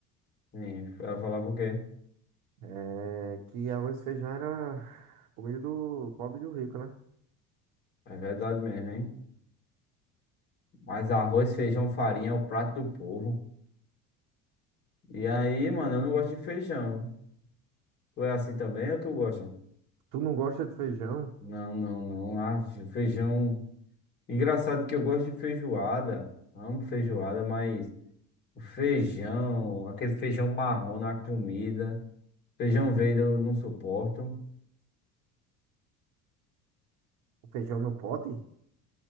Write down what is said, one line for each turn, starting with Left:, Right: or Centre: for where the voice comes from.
Left: Sim, ela falava o quê?
Right: É que arroz e feijão era comida do pobre e do rico, né?
Left: É verdade mesmo, hein? Mas arroz, feijão, farinha é o prato do povo. E aí, mano, eu não gosto de feijão. Tu é assim também ou tu gosta?
Right: Tu não gosta de feijão?
Left: Não, não, não. Ah, feijão. Engraçado que eu gosto de feijoada, amo feijoada, mas o feijão, aquele feijão marrom na comida, feijão verde eu não suporto,
Right: O feijão no pote?